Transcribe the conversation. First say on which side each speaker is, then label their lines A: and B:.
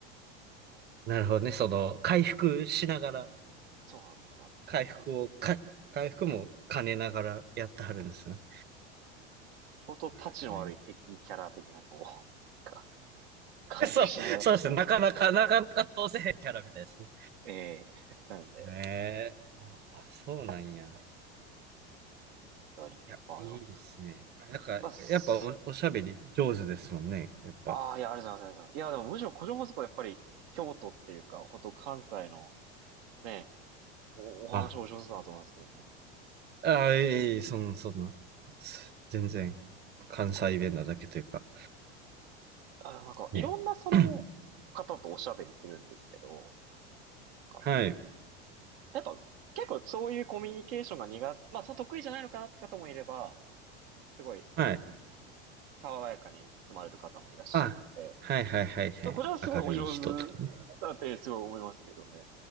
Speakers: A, on the right (about 30°); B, on the right (about 65°).
A: なるほどね。その、回復しながら。
B: そうなんですよ。
A: 回復をか、回復も兼ねながらやってはるんですね。
B: 相当タチの悪い敵キャラ的な、
A: へ
B: こう、なんか、回復しながらだったなというか、
A: ーそう、そうですね。なかなか、なかなか通せへんキャラみたいですね。
B: ええー <laughs> なので、
A: ね
B: なんか
A: あ、そうなんや。い
B: 何が、
A: や、
B: まああの、
A: いいですね。なんか、
B: まあ、す
A: やっぱお、おしゃべり上手ですもんね。やっぱ。
B: ああ、いや、ありがとうございますありがとうございます。いや、でもむしろ個人放送はやっぱり、京都っていうか、本当関西の、ね、お、お話お上手だなと思いますけどね。
A: あ、あ、いえいえ、そんな、そんな。全然、
B: なんか、
A: 関西弁なだけというか。
B: あ、でもなんか、いろんなその方とおしゃべりするんですけど、
A: ね。<clears throat>
B: なんか、
A: はい、
B: やっぱ、結構そういうコミュニケーションが苦手、まあ、その得意じゃないのかなって方もいれば、すごい
A: はい。
B: 爽やかに進まれる方もいらっしゃって、
A: あ、はいはいはいはい。
B: やこれはすごいお上手
A: 明るい人とかね。
B: だってすごい思いますけどね。